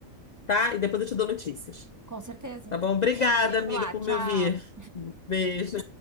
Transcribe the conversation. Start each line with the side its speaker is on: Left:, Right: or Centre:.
Left: tá? E depois eu te dou notícias.
Right: Com certeza,
Left: Tá
Right: então.
Left: bom? Obrigada,
Right: Vem
Left: amiga,
Right: lá,
Left: por
Right: tchau.
Left: me ouvir. Beijo.